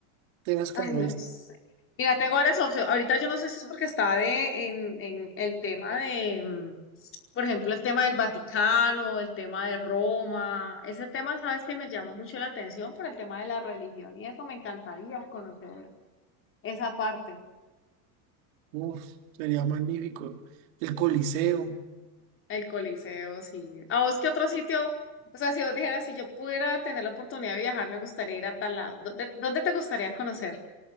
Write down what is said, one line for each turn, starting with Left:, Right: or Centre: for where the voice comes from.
Right: temas
Left: Ay,
Right: como
Left: no
Right: este.
Left: sé. Mira, tengo varias opciones. Ahorita yo no sé si es porque estaba de, en, en el tema de, mm, por ejemplo, el tema del Vaticano, el tema de Roma. Ese tema, sabes que me llama mucho la atención por el tema de la religión y eso me encantaría conocer esa parte.
Right: Uf, sería magnífico. El Coliseo.
Left: El Coliseo, sí. ¿A vos qué otro sitio? O sea, si vos dijeras, si yo pudiera tener la oportunidad de viajar, me gustaría ir a tal lado. ¿Dónde, dónde te gustaría conocer?